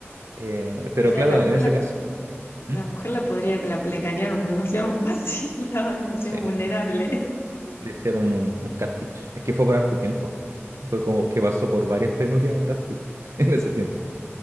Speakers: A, on the right (about 85°); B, on the left (about 65°).
A: Eh, pero
B: O sea,
A: claro,
B: la mujer
A: en ese
B: la, po-
A: caso, ¿Mm?
B: la mujer la podría, la, la engañaron demasiado fácil, <laughs> estaba demasiado
A: sí,
B: vulnerable.
A: un- le hicieron un, un catfish. Es que fue por harto tiempo. Fue como que pasó por varias penurias a Brad Pitt <laughs> en ese tiempo.